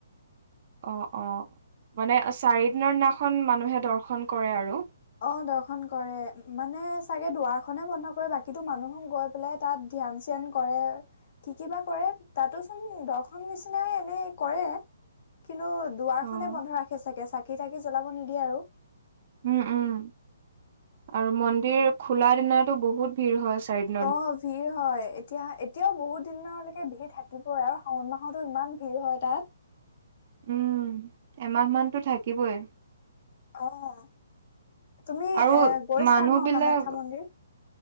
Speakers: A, on the right; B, on the left.
A: অ', অ', মানে চাৰিদিনৰ দিনাখন মানুহে দৰ্শন কৰে আৰু।
B: অ', দৰ্শন কৰে, মানে চাগে দুৱাৰখনে বন্ধ কৰে, বাকীতো মানুহে গৈ পেলাই তাত ধ্যান-চ্যান কৰে। কি, কি, বা কৰে, তাতো চোন দৰ্শন নিচিনাই এনেই কৰে, কিন্তু দুৱাৰখনেই
A: অ',
B: বন্ধ ৰাখে চাগে, চাকি-তাকি জ্বলাব নিদিয়ে আৰু।
A: উম, উম আৰু মন্দিৰ খোলা দিনাতো বহুত ভিৰ হয় চাইড
B: অ', ভিৰ হয়। এতিয়া, এতিয়াও বহুত দিনলৈকে ভিৰ থাকিবই আৰু শাওণ মাহতো ইমান ভিৰ হয় তাত।
A: উম, এমাহ মানতো থাকিবই।
B: অ', তুমি
A: আৰু
B: এ, গৈছা
A: মানুহ
B: ন'
A: বিলাক
B: কামাখ্যা মন্দিৰ?